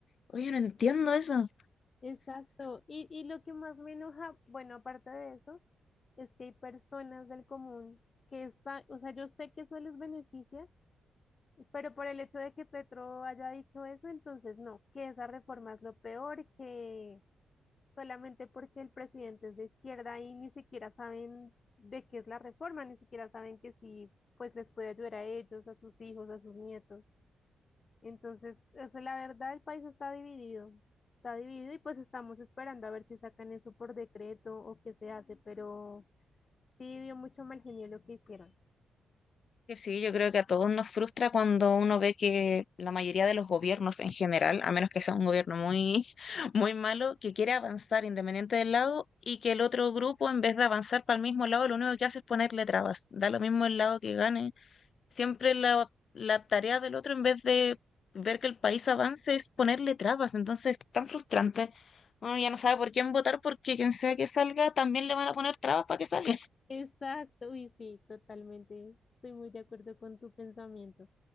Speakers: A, on the left; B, on the left.
A: Oye, no entiendo eso.
B: exacto. Y, y lo que más me enoja, bueno, aparte de eso, es que hay personas del común que, sa- o sea, yo sé que eso les beneficia, pero por el hecho de que Petro haya dicho eso, entonces no, que esa reforma es lo peor, que solamente porque el presidente es de izquierda y ni siquiera saben de qué es la reforma, ni siquiera saben que sí, pues les puede ayudar a ellos, a sus hijos, a sus nietos. Entonces, o sea, la verdad, el país está dividido, está dividido y pues estamos esperando a ver si sacan eso por decreto o qué se hace, pero sí dio mucho mal genio lo que hicieron.
A: Que Sí, yo creo que a todos nos frustra cuando uno ve que la mayoría de los gobiernos en general, a menos que sea un gobierno muy, <laughs> muy malo, que quiere avanzar independiente del lado y que el otro grupo, en vez de avanzar para el mismo lado, lo único que hace es ponerle trabas. Da lo mismo el lado que gane. Siempre la, la tarea del otro, en vez de ver que el país avance, es ponerle trabas. Entonces, es tan frustrante. Uno ya no sabe por quién votar porque quien sea que salga, también le van a poner trabas para que salga.
B: Exacto, y sí, totalmente. Estoy muy de acuerdo con tu pensamiento.